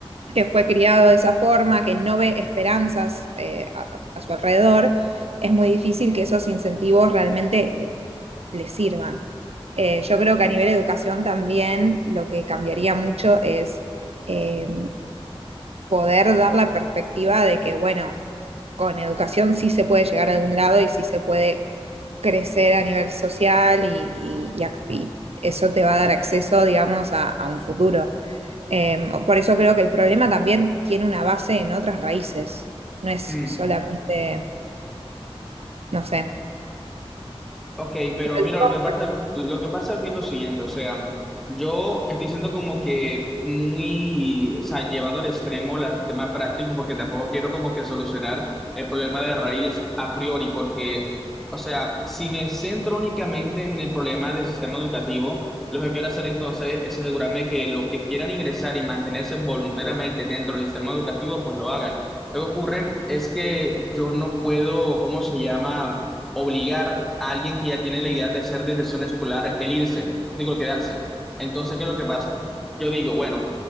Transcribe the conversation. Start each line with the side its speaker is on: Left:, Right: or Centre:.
Right: que fue criado de esa forma, que no ve esperanzas eh, a, a su alrededor, es muy difícil que esos incentivos realmente les sirvan. Eh, yo creo que a nivel de educación también lo que cambiaría mucho es eh, poder dar la perspectiva de que, bueno, con educación sí se puede llegar a algún lado y sí se puede crecer a nivel social y, y, y eso te va a dar acceso, digamos, a, a un futuro. Eh, por eso creo que el problema también tiene una base en otras raíces, no es
Centre: mm.
Right: solamente, no sé.
Centre: Ok, pero
Right: Lo digo
Centre: mira, lo que pasa, lo que pasa aquí es lo siguiente, o sea, yo estoy siendo como que muy, o sea, llevando al extremo la- el tema práctico, porque tampoco quiero como que solucionar el problema de raíz a priori, porque, o sea, si me centro únicamente en el problema del sistema educativo, lo que quiero hacer entonces es asegurarme que los que quieran ingresar y mantenerse voluntariamente dentro del sistema educativo, pues lo hagan. Lo que ocurre es que yo no puedo, ¿cómo se llama? obligar a alguien que ya tiene la idea de hacer deserción escolar el irse, digo, quedarse. Entonces, ¿qué es lo que pasa? Yo digo, bueno,